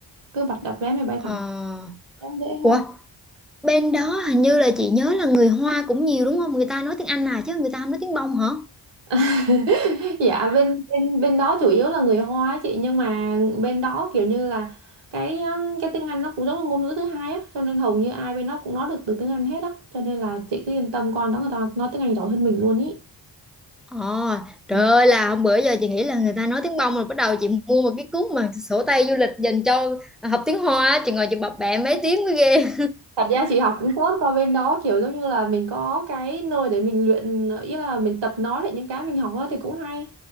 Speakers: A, on the right; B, in the centre.
A: cứ bật đặt vé máy bay
B: Ờ,
A: thẳng. Cũng dễ
B: ủa
A: hơn.
B: bên đó hình như là chị nhớ là người Hoa cũng nhiều đúng không người ta nói tiếng Anh à chứ người ta không nói tiếng bông hả
A: <laughs> dạ bên bên bên đó chủ yếu là người Hoa á chị nhưng mà bên đó kiểu như là cái um, cái tiếng Anh nó cũng giống là ngôn ngữ thứ hai á cho nên hầu như ai bên đó cũng nói được từ tiếng Anh hết á cho nên là chị cứ yên tâm con đó người ta nói tiếng Anh giỏi hơn mình luôn ý
B: Ồ, trời
A: Ừ.
B: ơi là hôm bữa giờ chị nghĩ là người ta nói tiếng bông rồi bắt đầu chị mua một cái cuốn mà sổ tay du lịch dành cho học tiếng Hoa á, chị ngồi chị bập bẹ mấy tiếng mới ghê
A: thật ra chị học cũng tốt qua bên đó kiểu giống như là mình có cái nơi để mình luyện ý là mình tập nói lại những cái mình học á thì cũng hay